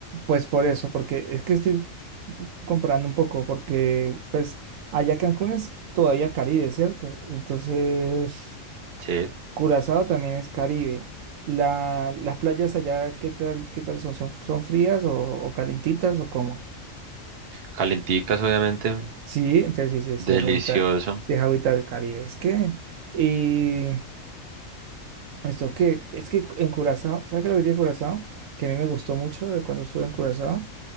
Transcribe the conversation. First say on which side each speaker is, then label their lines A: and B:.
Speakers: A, on the right (about 80°); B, on the right (about 50°).
A: pues por eso, porque es que estoy comparando un poco, porque pues allá Cancún es todavía Caribe, ¿cierto? Entonces...
B: Sí.
A: Curazao también es Caribe. La- las playas allá, ¿qué tal, qué tal son? ¿Son, son frías o, o calentitas o cómo?
B: Calenticas, obviamente.
A: Sí, entonces sí, sí, sí
B: Delicioso.
A: es agüita, sí es agüita del Caribe. Es que, y esto que, es que en Curazao, ¿sabes qué es lo que tiene Curazao? Que a mí me gustó mucho de cuando estuve en Curazao.